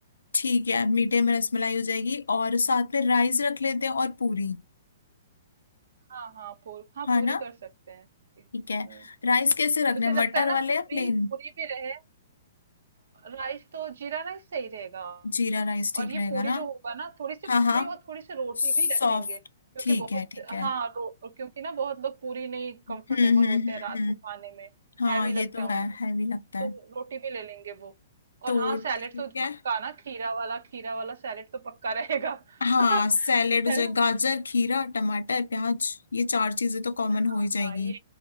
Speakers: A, on the left; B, on the right.
A: ठीक है मीठे में रसमलाई हो जाएगी और साथ में राइस रख लेते हैं और पूरी
B: हाँ हाँ पूरी हाँ
A: हाँ
B: पूरी
A: ना
B: कर सकते हैं
A: ठीक है
B: हम्म
A: राइस कैसे रखने
B: मुझे
A: हैं
B: लगता
A: मटर
B: है ना
A: वाले
B: पूरी
A: या प्लेन
B: पूरी भी रहे राइस तो जीरा राइस सही रहेगा
A: जीरा राइस ठीक
B: और ये
A: रहेगा
B: पूरी
A: ना
B: जो होगा ना थोड़ी सी
A: हाँ
B: पूरी
A: हाँ
B: और थोड़ी सी रोटी
A: सॉफ्ट
B: भी रखेंगे क्योंकि
A: ठीक
B: बहुत
A: है ठीक है
B: हाँ रो, क्योंकि ना बहुत लोग पूरी नहीं कंफर्टेबल
A: हम्म हम्म
B: होते हैं
A: हम्म,
B: रात
A: हम्म।
B: को खाने में
A: हाँ
B: हैवी
A: ये
B: लगता
A: तो
B: है
A: है
B: उनको
A: हैवी लगता है
B: तो रोटी भी ले लेंगे वो
A: तो
B: और हाँ सैलेड
A: ठीक
B: तो पक्का
A: है
B: ना खीरा वाला खीरा वाला सैलेड तो पक्का रहेगा
A: हाँ
B: <laughs>
A: सैलेड हो
B: है
A: जाए
B: ना
A: गाजर खीरा टमाटर प्याज ये चार चीजें तो कॉमन
B: हाँ
A: हो ही जाएगी
B: हाँ ये